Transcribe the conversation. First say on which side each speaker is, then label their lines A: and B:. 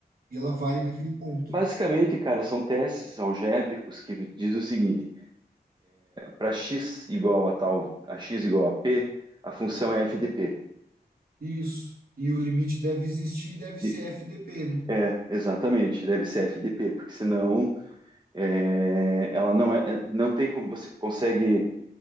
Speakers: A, on the right; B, on the right.
A: e ela vale naquele ponto.
B: Basicamente, cara, são testes algébricos que diz o seguinte: para x igual a tal, a x igual a p, a função é f de p.
A: Isso. E o limite deve existir e deve ser
B: E-
A: FDP, né?
B: É, exatamente, deve ser f de p, porque senão É, ela não é, é- não tem como você consegue,